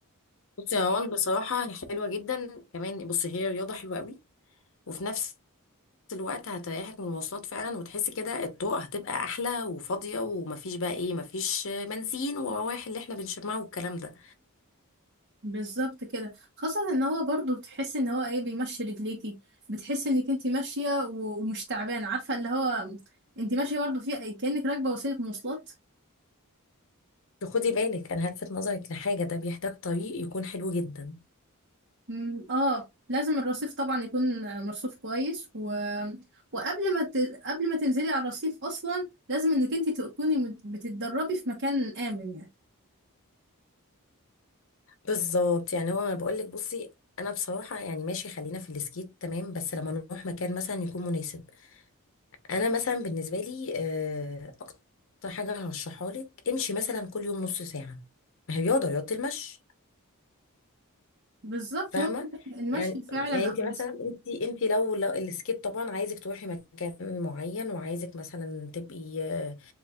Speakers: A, on the left; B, on the right.
A: بصي يا روان بصراحة هي حلوة جدا كمان بصي هي رياضة حلوة قوي وفي نفس الوقت هتريحك من المواصلات فعلا وتحسي كده الطرق هتبقى احلى وفاضية ومفيش بقى ايه مفيش آه، بنزين ورواح اللي احنا بنشمعه والكلام ده
B: بالظبط كده خاصة ان هو برضو بتحس ان هو ايه بيمشي رجليكي بتحس انك انت ماشية و- ومش تعبانة عارفة اللي هو انت ماشية برضو في كأنك راكبة وسيلة مواصلات
A: خدي بالك انا هلفت نظرك لحاجة ده بيحتاج طريق يكون حلو جدا
B: مم، اه لازم الرصيف طبعا يكون مرصوف كويس و... وقبل ما ت... قبل ما تنزلي على الرصيف اصلا لازم انك انت تكوني مت- بتتدربي في مكان امن يعني
A: بالظبط يعني هو انا بقول لك بصي انا بصراحه يعني ماشي خلينا في السكيت تمام بس لما نروح مكان مثلا يكون مناسب انا مثلا بالنسبه لي آه، اكتر حاجه هرشحها لك امشي مثلا كل يوم نص ساعه ما هي رياضه رياضه المشي
B: بالظبط
A: فاهمه
B: هو المشي
A: يعني
B: فعلا
A: يعني انت مثلا
B: أحسن.
A: انت انت لو, لو السكيت طبعا عايزك تروحي مكان معين وعايزك مثلا تبقي آه،